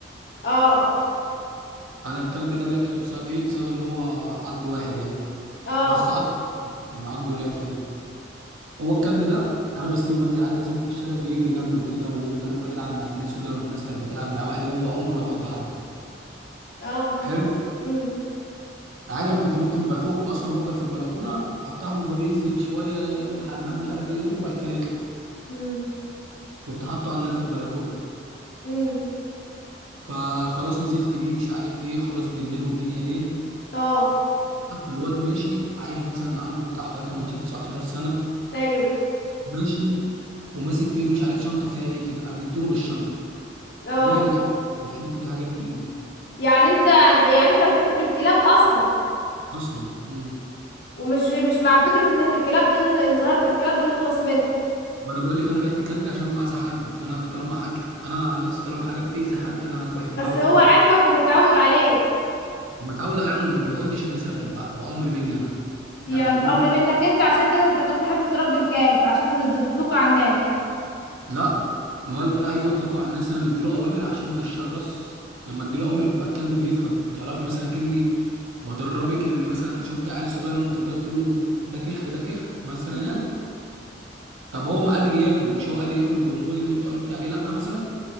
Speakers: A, on the left; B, on the right.
A: اه
B: انا الكلب ده بعته بسبب ايه بسبب اللي هو عض واحد يعني
A: اه
B: بس عض يعني عضه ليه فاهم هو الكلب ده انا بسيبه بنزل عادي بسيبه في الشارع بيجري جنبي وكده ويفضل يروح يلعب مع الناس وكده والناس كانت بتلعب معاه عادي هو عمره ما يعض حد
A: اه
B: حلو
A: امم
B: عادي انا كنت ممكن بفكه اصلا وافضل في البلكونه افتح له الباب ينزل شويه يعمل حمام مش عارف ايه وبعد كده يطلع
A: امم
B: كنت حاطه عندنا في البلكونه
A: امم
B: فخلاص نزلت بيه مش عارف ايه خلاص بالليل والدنيا ليل
A: اه
B: فالواد ماشي عيل مثلا عنده بتاع حوالي 18 19 سنه
A: ايوه
B: ماشي وماسك في ايده مش عارف شنطه فيها ايه كده قام مديله بالشنطه
A: اه
B: جامد على فكرة، والشنطه فيها حاجات تقيله
A: يعني انت يعني انت بتحب الكلاب اصلا
B: اصلا امم
A: ومش مش مع فكرة ان إحنا الكلاب ده ان ظاهرة الكلاب ده نخلص منه
B: ما انا بقول لك انا بعت كلبي عشان هو اذى حد فانا طالما حد انا عن نفسي طالما حاجه بتاذي حد انا انا بحبها
A: بس
B: برضه
A: هو
B: خالص
A: عارفك ومتعود عليك
B: ومتعود عليها وما بيعضش الناس الا غير بأ- بامر مني انا
A: يعني
B: يعني لما اقول
A: بأمر
B: له
A: منك انت عشان كده انت كنت حابب تربي الكلب عشان تت- تطلقه على الناس
B: لا ما ولا اي اطلقه على الناس انا مديله اوامر عشان ما يتشرس لما اديله اوامر بيبقى الكلب بيفهم تعرف مثلا اكني بدربك اللي مثلا شفت عيال الصغير لما تفضل تقول له ده كخ ده كخ مثلا
A: مم.
B: يعني طب هو ما قادر ياكل مش هو قادر ياكل البونبون اللي انت قلت عليه لا مثلا